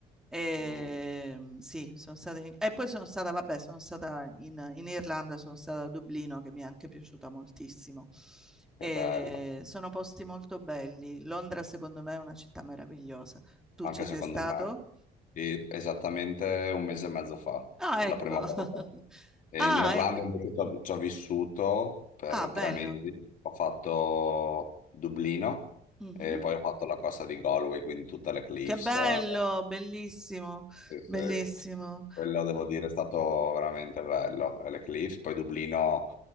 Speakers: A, in the centre; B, on the left (about 50°).
A: Ehm,
B: Mm,
A: sì, sono stata in- E poi sono stata, vabbè, sono stata in, in Irlanda, sono stata a Dublino, che mi è anche piaciuta moltissimo. E
B: che bello.
A: sono posti molto belli. Londra, secondo me, è una città meravigliosa. Tu
B: anche
A: ci
B: secondo
A: sei stato?
B: me, e esattamente un mese e mezzo fa,
A: Ah,
B: per
A: ecco.
B: la prima volta.
A: <laughs>
B: E
A: Ah,
B: in Irlanda
A: ecco.
B: invece ci ho, ci ho vissuto per
A: Ah, bello.
B: tre mesi, ho fatto Dublino
A: Mhm.
B: e poi ho fatto la costa di Galway, quindi tutte le cliffs.
A: Che bello,
B: eh,
A: bellissimo,
B: sì, sì.
A: bellissimo.
B: Quello devo dire è stato veramente bello, eh, le cliffs. Poi Dublino